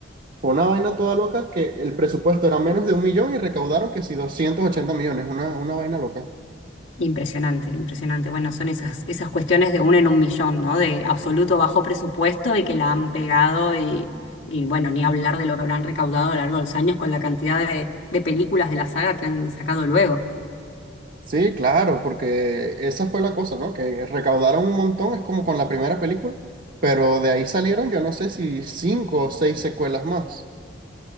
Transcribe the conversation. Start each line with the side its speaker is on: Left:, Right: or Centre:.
Right: fue una vaina toda loca que el presupuesto era menos de un millón y recaudaron que si 280 millones, una, una vaina loca.
Left: Impresionante, impresionante. Bueno, son esas, esas cuestiones de uno en un millón, ¿no? De absoluto bajo presupuesto y que la han pegado y, y bueno, ni hablar de lo que habrán recaudado a lo largo de los años con la cantidad de, de películas de la saga que han sacado luego.
Right: Sí, claro, porque esa fue la cosa, ¿no? Que recaudaron un montón, es como con la primera película, pero de ahí salieron yo no sé si cinco o seis secuelas más.